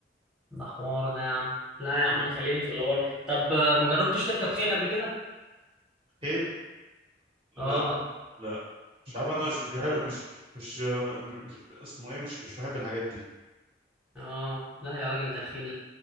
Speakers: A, in the centre; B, on the right.
A: ده حوار ده يا عم لا يا
B: م.
A: عم انا خليني في اللي بره طب آه، ما جربتش تركب خيل قبل كده
B: حيل لا
A: اه
B: لا مش عارف انا مش <laughs> مش بحب
A: يا ر...
B: مش مش م- مش اسمه ايه مش مش بحب الحاجات دي
A: اه لا يا راجل ده الخيل